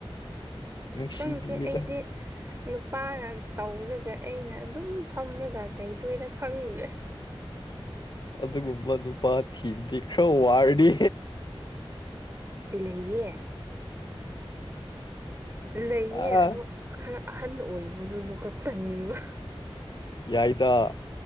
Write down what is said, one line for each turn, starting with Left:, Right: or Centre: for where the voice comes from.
Left: ꯅꯨꯡꯁꯤꯕꯤꯌꯦꯗ
Right: ꯈꯪꯗꯦ ꯑꯩꯗꯤ ꯅꯨꯄꯥꯅ ꯇꯧꯔꯒ ꯑꯩꯅ ꯑꯗꯨꯝ ꯐꯝꯃꯒ ꯂꯩꯗꯣꯏꯔꯥ ꯈꯪꯗ꯭ꯔꯦ
Left: ꯑꯗꯨꯒꯨꯝꯕ ꯅꯨꯄꯥ ꯊꯤꯝꯗꯤ ꯈꯔ ꯋꯥꯔꯅꯤ
Right: ꯂꯩꯌꯦ ꯂꯩꯌꯦ
Left: ꯑꯥ
Right: ꯑꯗꯣ ꯈꯔ ꯑꯍꯟ ꯑꯣꯏꯕꯗꯨꯗꯨꯒ ꯇꯟꯕ
Left: ꯌꯥꯏꯗ